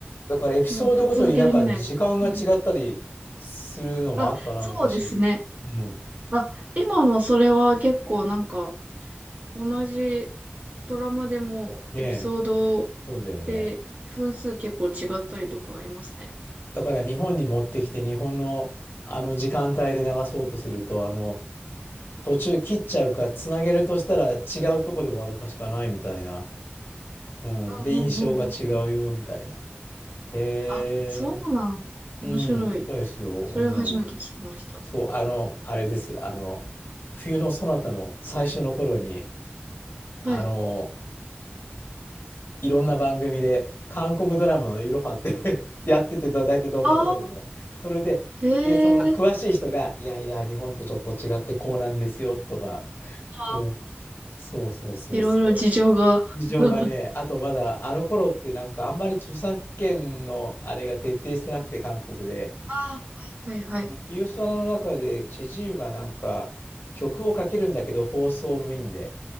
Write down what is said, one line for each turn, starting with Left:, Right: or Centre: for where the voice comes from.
Left: だからエピソードごとになんか時間が違ったりするのもあったな、
Right: もうぶっ続けで見ないと。<laughs> あ、そうですね。
Left: 昔。うん。
Right: あ、今もそれは結構なんか、同じドラマでもエピソード
Left: ねえ、そうだよね。
Right: で分数結構違ったりとかありますね。
Left: だから日本に持ってきて日本のあの時間帯で流そうとするとあの途中切っちゃうかつなげるとしたら違うとこで終わるかしかないみたいな、うん、
Right: うんうんうんうん。
Left: で印象が違うよみたいなへえ
Right: あ、そうなん。面白い。
Left: うんそうですよ、
Right: それを初めて聞きました。
Left: うん、そうあのあれですあの冬のそなたの最初の頃にあの
Right: はい。
Left: いろんな番組で、韓国ドラマのいろはっていうのを <laughs> やってて、だ大体どんなとこでも。
Right: ああ、
Left: それで、
Right: へえ、
Left: で、その詳しい人が、いやいや、日本とちょっと違ってこうなんですよ、とか。
Right: あー
Left: うん。そうそうそうそ
Right: いろいろ事情が。
Left: う。事情がね、
Right: <laughs>
Left: あとまだ、あの頃ってなんかあんまり著作権のあれが徹底してなくて、韓国で。
Right: あー、はい。はいはい。
Left: で、フィオスワナの中で、チェジウがなんか、曲をかけるんだけど、放送部員で。